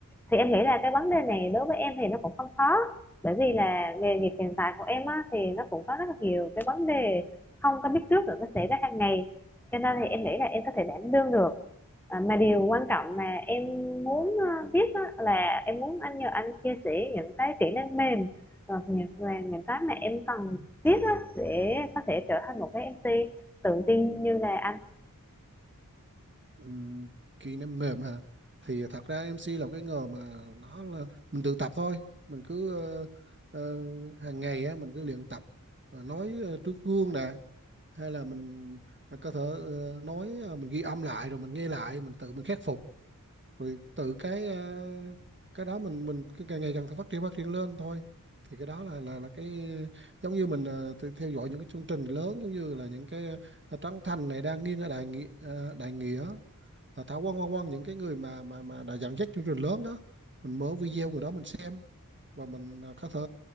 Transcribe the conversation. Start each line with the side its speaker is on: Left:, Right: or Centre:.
Centre: thì em nghĩ là cái vấn đề này đối với em thì nó cũng không khó, bởi vì là nghề nghiệp hiện tại của em á, thì nó cũng có rất là nhiều cái vấn đề không có biết trước được nó xảy ra hàng ngày, cho nên thì em nghĩ là em có thể đảm đương được. À, mà điều quan trọng mà em muốn ờ, biết á, là em muốn anh nhờ anh chia sẻ những cái kỹ năng mềm và những, và những cái mà em cần
Right: ừ.
Centre: biết á, để có thể trở thành một cái MC tự tin như là anh
Right: Ừ, Khi nó mềm hả thì thật ra em MC là cái nghề mà nó là mình tự tập thôi mình cứ ờ, ờ, hàng ngày á mình cứ luyện tập Rồi nói ờ, trước gương nè hay là mình có thể ờ, nói ờ, mình ghi âm lại rồi mình nghe lại mình tự mình khắc phục rồi tự cái ờ, cái đó mình mình cứ càng ngày càng phát triển phát triển lên thôi thì cái đó là là là cái giống như mình ờ, tự theo dõi những cái chương trình lớn giống như là những cái ờ, Trấn Thành này đang nghiêng ở đại nghĩa ờ, đại nghĩa uh, Thảo Quang Quang Quang những cái người mà mà mà đã dẫn dắt chương trình lớn đó mình mở video của đó mình xem và mình ờ, có thể